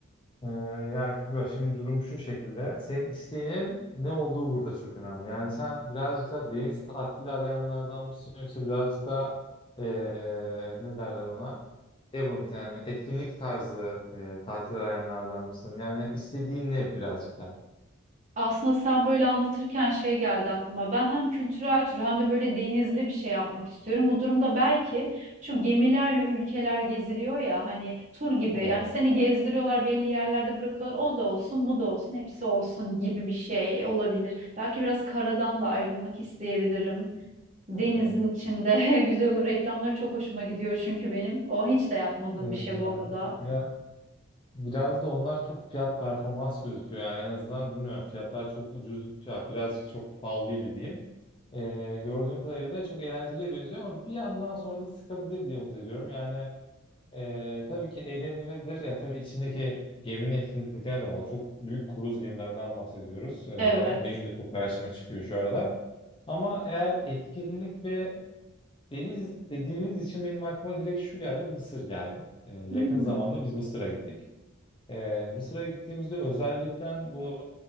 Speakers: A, on the left; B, on the right.
A: Ee, ya Kübra şimdi durum şu şekilde. Senin isteğinin ne olduğu burada çok önemli. Yani sen birazcık da deniz tatili arayanlardan mısın yoksa birazcık da ee, ne derler ona? Event yani etkinlik tarzı ee, tatil arayanlardan mısın? Yani istediğin ne birazcık da?
B: Aslında sen böyle anlatırken şey geldi aklıma. Ben hem kültürel tur hem de böyle denizli bir şey yapmak istiyorum. Bu durumda belki şu gemilerle ülkeler geziliyor ya hani tur gibi.
A: Oo.
B: Yani seni gezdiriyorlar belli yerlerde bırakıyorlar. O da olsun, bu da olsun, hepsi olsun gibi bir şey olabilir. Belki biraz karadan da ayrılmak isteyebilirim. Denizin
A: <laughs>
B: içinde <laughs> güzel olur. Reklamları çok hoşuma gidiyor çünkü benim. O hiç de yapmadığım
A: Ee, ee,
B: bir şey bu arada.
A: ya biraz da onlar çok fiyat performans gözüküyor yani en azından bilmiyorum fiyatlar çok ucuz ya birazcık çok pahalıydı diyeyim. Ee, gördüğüm kadarıyla da çok eğlenceliye benziyor ama bir yandan sonra da sıkabilir diye umut ediyorum. Yani ee, tabii ki eğlenilebilir. Ya tabii içindeki geminin etkinliklerine de bağlı. Çok büyük kruz gemilerden bahsediyoruz. Ee,
B: Evet.
A: ben, benim de çok karşıma çıkıyor şu aralar. Ama eğer etkinlik ve deniz dediğiniz için benim aklıma direkt şu geldi, Mısır geldi. Ee, yakın
B: Hmm,
A: zamanda biz Mısır'a gittik. Ee, Mısır'a gittiğimizde özellikle bu